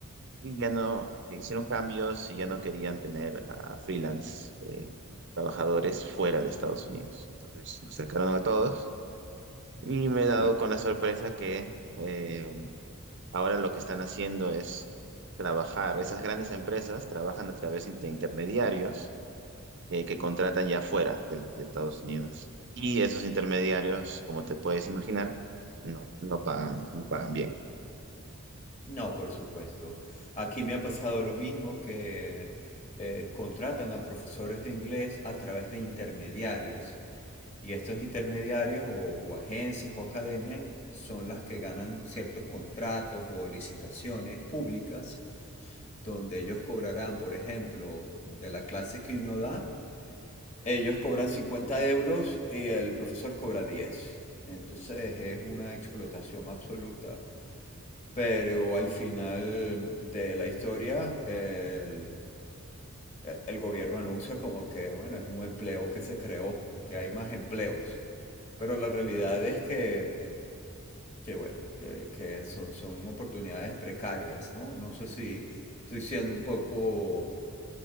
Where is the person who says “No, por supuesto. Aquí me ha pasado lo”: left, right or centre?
Left